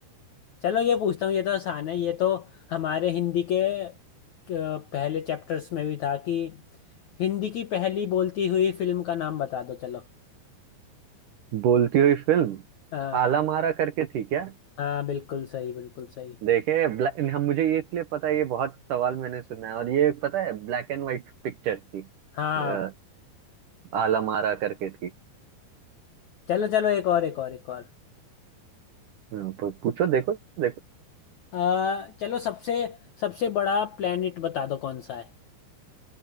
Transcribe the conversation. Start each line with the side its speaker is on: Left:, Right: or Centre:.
Left: चलो ये पूछता हूँ ये तो आसान है ये तो हमारे हिंदी के क- पहले चैप्टर्स में भी था कि हिंदी की पहली बोलती हुई फिल्म का नाम बता दो चलो
Right: बोलती हुई फिल्म
Left: हाँ
Right: आला मारा करके थी क्या
Left: हाँ बिल्कुल सही बिल्कुल सही
Right: देखे ब्लैक हम मुझे ये इसलिए पता है ये बहुत सवाल मैंने सुना है और ये पता है ब्लैक एंड व्हाइट पिक्चर थी
Left: हाँ
Right: अ, आलमारा करके थी
Left: चलो चलो एक और एक और एक और
Right: हाँ, प- पूछो देखो देखो
Left: आ, चलो सबसे सबसे बड़ा प्लेनेट बता दो कौन सा है